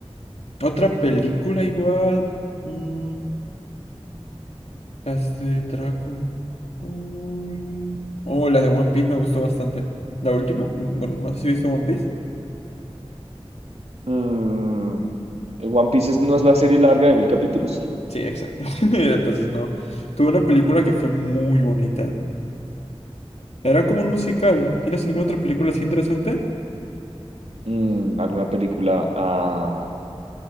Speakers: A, on the left; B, on the right.
A: Otra película igual. mm, las de Dragon Ball. Oh, las de One Piece me gustó bastante. ¿La última? Mm, Bueno, no sé si viste One Piece.
B: Mm, One Piece no es la serie larga de mil capítulos.
A: Sí, exacto. <laughs> Entonces no. Tuve una película que fue muy bonita. Era como un musical. ¿Tienes alguna otra película así interesante?
B: Mm, alguna película. ah,